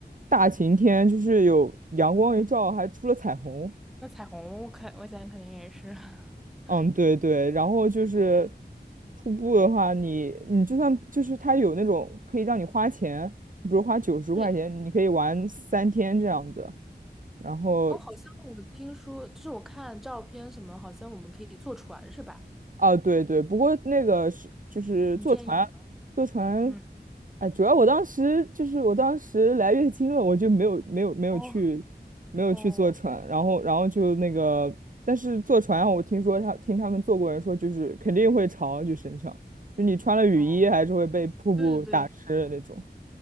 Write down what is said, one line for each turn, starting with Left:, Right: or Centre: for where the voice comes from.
Right: 大晴天，就是有阳光一照，还出了彩虹。
Centre: 那彩虹我肯，我想肯定也是，<laughs>
Right: 嗯，对对，然后就是瀑布的话你，你就算就是它有那种可以让你花钱，比如花九十块钱，
Centre: 对，
Right: 你可以玩三天这样子。然后
Centre: 哦，好像我听说，就是我看照片什么，好像我们可以坐船是吧？
Right: 啊，对对，不过那个是就是坐船，
Centre: 你建议吗？
Right: 坐船，
Centre: 嗯，
Right: 哎，主要我当时就是我当时来月经了，我就没有没有没有去没有去坐船，
Centre: 哦哦
Right: 然后然后就那个，但是坐船啊我听说他听他们坐过人说，就是肯定会潮，就身上，就你穿了雨衣还是会被瀑布打湿的那种。
Centre: 哦，对对对，